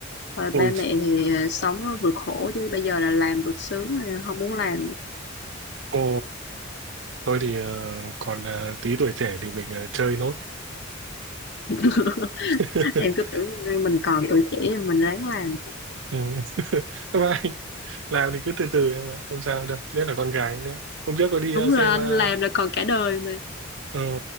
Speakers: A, on the left; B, on the right.
A: rồi
B: ôi
A: ba mẹ thì sống vượt khổ chứ bây giờ là làm vượt sướng không muốn làm
B: ồ Thôi thì ờ, còn ờ, tí tuổi trẻ thì mình ờ, chơi nốt.
A: <laughs>
B: <laughs>
A: em cứ tưởng mình còn tuổi trẻ mình ráng làm
B: Ừ. <laughs> Các bạn làm thì cứ từ từ em ạ, không sao đâu. Nhất là con gái nữa. Hôm trước có đi
A: đúng
B: ờ, xem
A: rồi anh
B: ờ,
A: làm là còn cả đời mà
B: ờ,